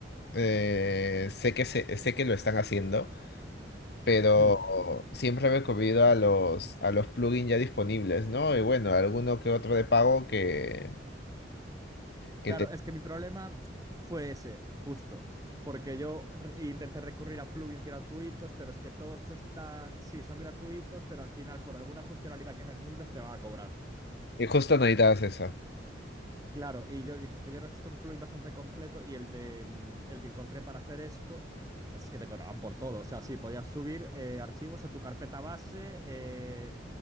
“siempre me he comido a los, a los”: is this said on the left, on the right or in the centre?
Left